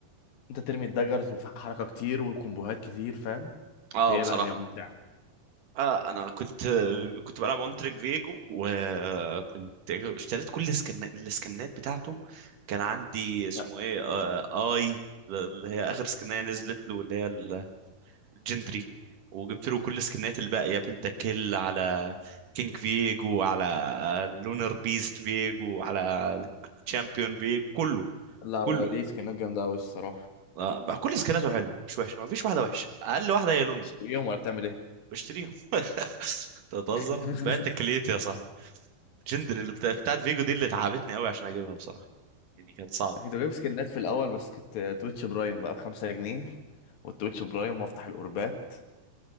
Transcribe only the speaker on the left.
انت ترمي الدجرز وفي حركة كتير وكومبوهات كتير فاهم
هي
لا هي ممتعة
لا
لا
هو ليه سكنات جامدة أوي الصراحة
تشتريهم ولا بتعمل ايه؟
<laughs>
كنت بجيب سكنات في الأول بس كنت تويتش برايم بقى بخمسة جنيه والتويتش برايم وافتح الأوربات